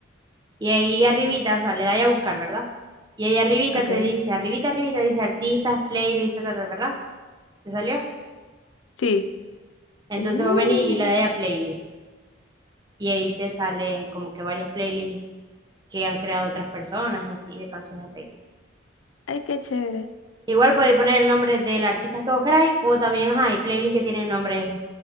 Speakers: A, on the right; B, on the left.
A: Y ahí arribita, o sea, le dais a buscar, ¿verdad? Y ahí arribita
B: Ok.
A: te dice, arribita, arribita dice artistas, playlist, ta, ta, ta, ¿verdad? ¿Te salió?
B: Sí.
A: Entonces
B: Uh,
A: vos venís y le dais a playlist. Y ahí te salen como que varias playlists que han creado otras personas y así de canciones de Taylor.
B: ay, qué chévere.
A: Igual podéis poner el nombre del artista que vos queráis o también hay playlists que tienen nombres